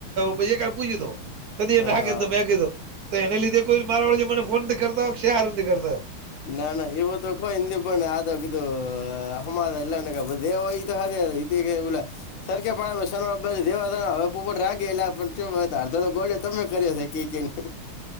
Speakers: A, on the right (about 65°); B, on the left (about 70°).
A: પૂછ્યું તો
B: હા
A: ક એ ના ક તો મેં કીધું તો એને લીધે કોઈ મારા વાડે મને ફોન નથી કરતા હોય છેારું નથી કરતા હોય
B: ના ના વ તો કો હિન્િ બણ આોધ અહ્મદ અલ્ને ક દેવઈ તો હ સરખ પાડ શન દેવા હવે પોપટ રાખ ગે એલા અડધ તો ગોળ તમે કર્યો છે કે કે નહી